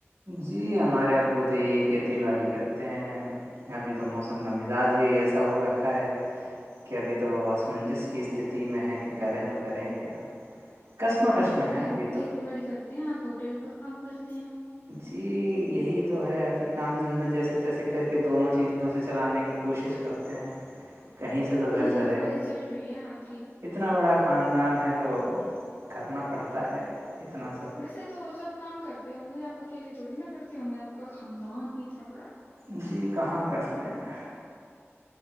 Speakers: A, on the right; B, on the left.
A: جی ہمارے ابو تو یہی کھیتی باڑی کرتے ہیں ابھی تو موسم کا مزاج ہی ایسا ہو رکھا ہے کہ ابھی تو آسمنجس کی استھتی میں ہے کہ کریں تو کریں کیا کسم کشم
B: آپ کے
A: ہے
B: ابو
A: ابھی تو
B: کھیتی باڑی کرتے ہیں آپ ہوٹل پر کام کرتے ہیں
A: جی یہی تو ہے ابھی کام دھندا جیسے تیسے کر کے دونوں چیزوں سے چلانے کی کوشش کرتے ہیں کہیں سے تو
B: ہوں
A: گھر چلے
B: روزی چل رہی ہے آپ کی
A: اتنا بڑا خاندان ہے تو کرنا پڑتا ہے اتنا
B: ویسے تو سب کام کرتے ہوں گے یہ پ کے لیے تھوڑی نہا کرتے ہوں گے آپ کا خاندان ہی اتنا بڑا ہے۔
A: ہ جی کہاں کرتے ہیں